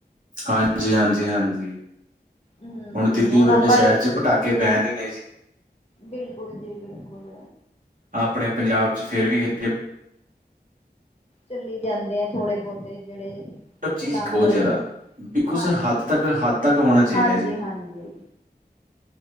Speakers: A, on the right; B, on the left.
A: ਹਾਂਜੀ-ਹਾਂਜੀ-ਹਾਂਜੀ।
B: ਹਮ
A: ਹੁਣ ਦਿੱਲੀ ਵਰਗੇ
B: ਆਪਾਂ
A: ਸ਼ ਸੈ਼ਰ ਚ ਪਟਾਕੇ ਬੈਣ ਈ ਰਏ ਸੀ।
B: ਬਿਲਕੁਲ ਜੀ ਬਿਲਕੁਲ।
A: ਆਪਣੇ ਪੰਜਾਬ ਚ ਫੇਰ ਵੀ ਐਥੇ
B: ਚੱਲੀ ਜਾਂਦੇ ਆ ਥੋੜੇ-ਬੋਤੇ ਜੇੜੇ
A: ਮਤਲਬ ਚੀਜ਼
B: ਚਲਾਣ
A: ਬਹੁਤ
B: ਵਾਲੇ
A: ਜ਼ਿਆਦਾ ਬਿਲਕੁਲ
B: ਹਾਂਜੀ,
A: ਸਰ ਹੱਦ ਤੱਕ ਹੱਦ ਤੱਕ ਹੋਣਾ ਚਾਹੀਦਾ
B: ਹਾਂਜੀ-ਹਾਂਜੀ।
A: ਜੀ।